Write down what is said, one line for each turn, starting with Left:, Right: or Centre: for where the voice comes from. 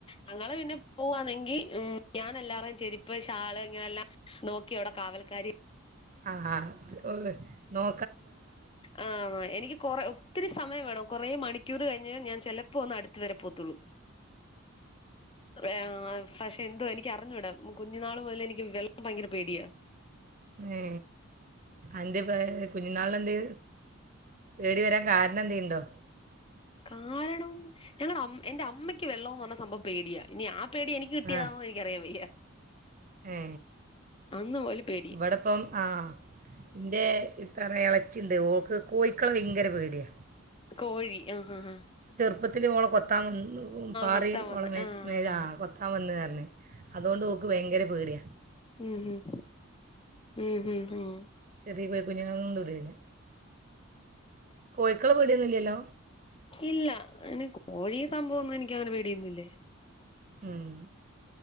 Left: ഞങ്ങള് പിന്നെ പോവാന്നെങ്കി ഉം ഞാൻ എല്ലാറെയും ചെരുപ്പ്, ഷാള് ഇങ്ങനെല്ലാ നോക്കി അവടെ കാവൽക്കാരി
Right: ആഹ് ഓ ന്നോ
Left: ആഹ്, എനിക്ക് കൊറെ ഒ ഒത്തിരി സമയ വേണം കൊറെ മണിക്കൂറ് കഴിഞ്ഞ് ഞാൻ ചെലപ്പോൾ ഒന്ന് അടു ത്തവരെ പോത്തുള്ളൂ. വെ ആ പക്ഷെ എന്തോ എനിക്കറിഞ്ഞുടാ. കുഞ്ഞുന്നാള് മൊതലെ നിക്ക് വെള്ളം ഭയങ്കര പേടിയാ.
Right: ഏ എന്ത്യേ പ കുഞ്ഞുന്നാള് എന്തേ പേടി വരാൻ കാരണമെന്തെല്ലുണ്ടോ?
Left: കാരണം, ഞങ്ങടെ അമ് എന്റെ അമ്മയ്ക്ക് വെള്ളോന്ന് പറയണ സംഭവം പേടിയാ. ഇനി ആ പേ പേടി എനിക്ക് കിട്ടിയാന്നേനിക്കറിയാവയ്യ.
Right: ആ ഏ
Left: അന്ന് മുതൽ പേടിയാ
Right: ഇവിടെപ്പം ആ ന്റെ ഇത്രാ ഇളച്ചിണ്ട് ഓക്ക് കോഴിക്കള് ഭയങ്കര പേടിയാ.
Left: കോഴി ആഹ് ആഹ് ആഹ്
Right: പ്പത്തില് ഓളെ കൊ കൊത്താ വന്ന് പാറി
Left: കൊത്താൻ വന്ന്
Right: ഓളെ മേ
Left: ആഹ്
Right: മേലാ കൊത്താൻ വന്നർ - ന് അതോണ്ട് ഓക്ക് ഭയങ്കര പേട്യ
Left: ഉം ഉം ഉം ഉം ഉം
Right: ചെറ്യകോയ്കുഞ് ങ്ങും തൊടേലാ. കോഴിക്കള് പേടിയൊന്നില്ലല്ലോ
Left: ഇല്ല എനിക്ക് കോഴി സംഭവൊന്നെനിക്കങ്ങനെ പേടിയൊന്നുല്ല
Right: ഉം